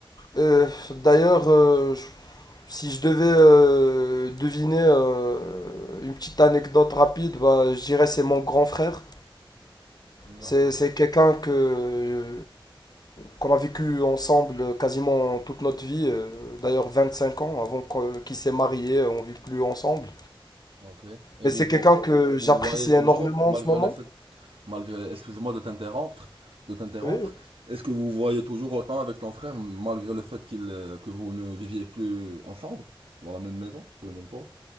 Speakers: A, on the left (about 45°); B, on the right (about 85°).
A: Euh, d'ailleurs, euh, je- si je devais euh, deviner euh, une petite anecdote rapide, bah, je dirais c'est mon grand frère.
B: D'accord.
A: C'est, c'est quelqu'un que, euh, qu'on a vécu ensemble quasiment toute notre vie, euh, d'ailleurs 25 ans avant qu'on- qu'il s'est marié, on ne vit plus ensemble.
B: Ok. Et
A: Mais
B: vous
A: c'est
B: vo-
A: quelqu'un que
B: vous,
A: j'apprécie
B: vous voyez toujours,
A: énormément
B: malgré
A: en ce moment.
B: le fait, malgré, excuse-moi de t'interrompre, de t'interrompre,
A: Oui, oui.
B: est-ce que vous vous voyez toujours autant avec ton frère, malgré le fait qu'il, euh, que vous ne viviez plus ensemble, dans la même maison, sur le même toit?